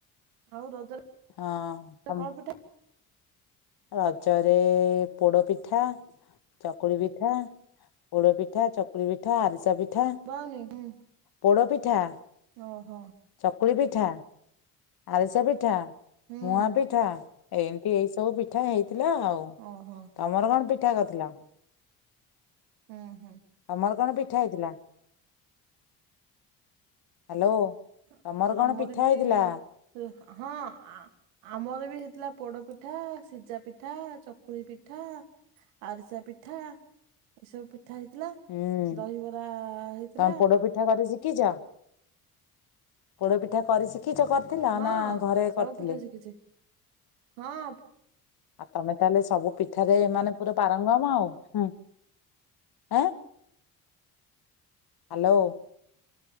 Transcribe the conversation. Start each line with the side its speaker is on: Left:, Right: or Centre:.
Right: ଆଉ ରଜରେ
Left: ହଁ ଆମ
Right: କଣ ପିଠା
Left: ରଜରେ ପୋଡ଼ପିଠା ଚକୁଳିପିଠା, ପୋଡପିଠା, ଚକୁଳିପିଠା, ଆରିସାପିଠା।
Right: ଶୁଭା ଯାଉନି। ହୁଁ।
Left: ପୋଡ଼ପିଠା।
Right: ଓହୋ।
Left: ଚକୁଳିପିଠା, ଆଳିସାପିଠା,
Right: ହୁଁ
Left: ମୁଆ ପିଠା। ଏମିତି ଏଇ ସବୁ ପିଠା ହେଇଥିଲା ଆଉ।
Right: ଓହୋ।
Left: ତମର କଣ ପିଠା କରିଥିଲା?
Right: ହୁଁ ହୁଁ।
Left: ତମର କଣ ପିଠା ହେଇଥିଲା? ହାଲୋ।
Right: ଅ
Left: ତମର କଣ
Right: ଆମର
Left: ପିଠା
Right: ବି
Left: ହେଇଥିଲା?
Right: ଏ ହଁ ଆ ଆମର ବି ହେଇଥିଲା ପୋଡପିଠା, ସିଝାପିଠା, ଚକୁଳିପିଠା। ଆରିସାପିଠା। ଏଇ ସବୁ ପିଠା ହେଇଥିଲା।
Left: ହୁଁ
Right: ଦହିବରା ହେଇଥିଲା।
Left: ତମେ ପୋଡ ପିଠା କରି ଶିକିଚ। ପୋଡ଼ ପିଠା କରି ଶିଖିଚ କରିଥିଲ।
Right: ହଁ
Left: ନା ଘରେ
Right: ସବୁ
Left: କରିଥିଲେ।
Right: ପିଠା ଶିଖିଛି ହଁ।
Left: ଆଉ ତମେ ତାହେଲେ ସବୁ ପିଠାରେ ମାନେ ପୁରା ପାରଙ୍ଗମ ଆଉ। ହୁଁ। ଆଁ ହାଲୋ।